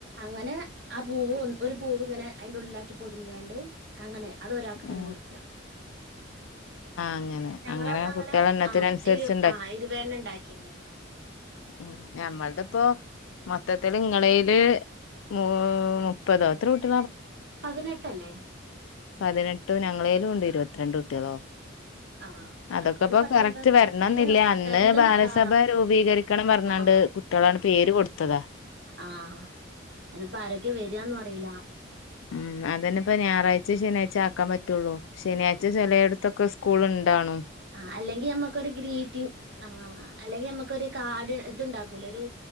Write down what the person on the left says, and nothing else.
ആഹ്
അങ്ങനെ
കുട്ടികളെ എണ്ണത്തിനനുസരിച്ച്
ഉ ഞമ്മളുടെ ഇപ്പോൊ മൊത്തത്തില്ൽ ഇങ്ങളയില് മ മുപ്പതോത്തി വിട്ട
പതിനെട്ട് ഞങ്ങളേലും ഉണ്ട് ഇരുപത്തിരണ്ട് കുട്ടികളോ
അതൊക്കെ
ഇപ്പോൊ
കറക്റ്റ് വരണെന്നില്ല
അന്ന്
ബാലസഭ
രൂപീകരിക്കണം പറഞ്ഞാണ്ട്
കുട്ടികളാണ് പേര് കൊടുത്തതാ
ഉം അതുതന്നെ ഇപ്പൊ ഞായറാഴ്ച ശനിയാഴ്ച ആക്കാൻ പറ്റുള്ളൂ. ശനിയാഴ്ച്ച ചിലയിടത്തൊക്കെ. സ്കൂൾ ഉണ്ടാണോ